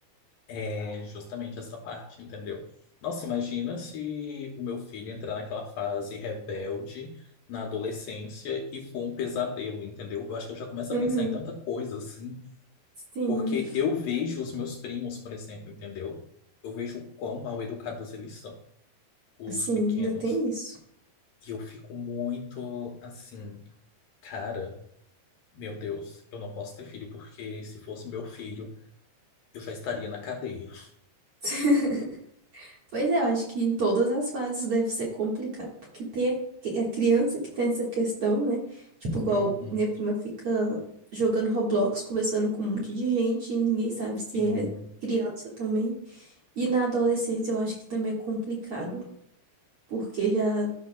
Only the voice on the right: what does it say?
Uhum.
Sim,
sim,
ainda tem isso.
<laughs> Pois é, eu acho que em todas as fases deve ser complicado, porque tem a, que- a criança que tem essa questão, né? Tipo, igual
minha prima fica jogando Roblox, conversando com um monte de gente, e ninguém sabe
se é criança também. E na adolescência eu acho que também é complicado, porque já